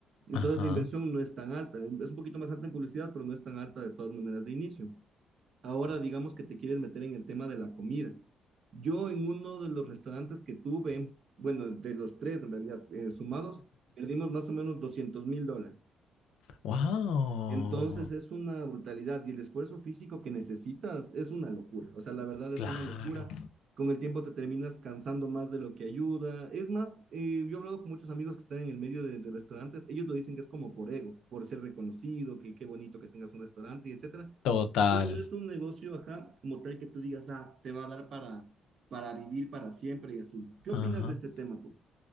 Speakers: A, on the right (about 60°); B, on the left (about 85°).
A: Entonces
B: ajá.
A: la inversión no es tan alta, es un poquito más alta en publicidad, pero no es tan alta de todas maneras de inicio. Ahora digamos que te quieres meter en el tema de la comida. Yo en uno de los restaurantes que tuve, bueno, de los tres en realidad eh, sumados, perdimos más o menos doscientos mil dólares.
B: Wow,
A: Entonces es una brutalidad y el esfuerzo físico que necesitas es una locura. O sea, la verdad es
B: claro.
A: una locura. Con el tiempo te terminas cansando más de lo que ayuda. Es más, eh, yo he hablado con muchos amigos que están en el medio de, de restaurantes. Ellos lo dicen que es como por ego, por ser reconocido, que qué bonito que tengas un restaurante y etcétera.
B: Total.
A: Pero no es un negocio, ajá, como tal que tú digas, ah, te va a dar para, para vivir para siempre y así. ¿Qué opinas
B: Ajá.
A: de este tema tú?